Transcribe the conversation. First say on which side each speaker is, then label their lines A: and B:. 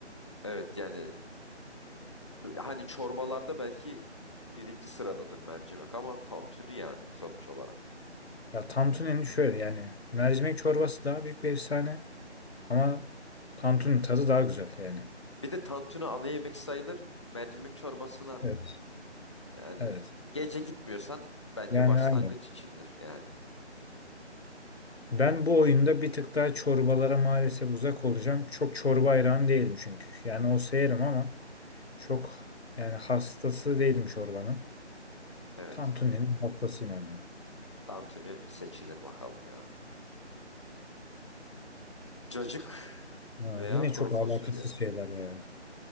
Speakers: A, on the left; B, on the left.
A: Evet yani m- hani çorbalarda belki birinci sıradadır mercimek ama tantuni yani sonuç olarak.
B: Ya Tantuni'nin şöyle yani mercimek çorbası daha büyük bir efsane. Ama Tantun'un tadı daha güzel yani.
A: Bir de tantuni ana yemek sayılır. Mercimek çorbasına
B: Evet.
A: yani
B: Evet.
A: gece gitmiyorsan bence
B: Yani
A: başlangıç
B: aynen.
A: içindir yani.
B: Ben bu oyunda bir tık daha çorbalara maalesef uzak olacağım. Çok çorba hayranı değilim çünkü. Yani olsa yerim ama çok yani hastası değilim çorbanın.
A: Evet.
B: Tantuni'nin hastasıyım ama. ya.
A: Tantuni seçilir bakalım ya. Cacık
B: Ha,
A: veya
B: yine
A: kuru
B: çok
A: fasulye.
B: alakasız şeyler ya.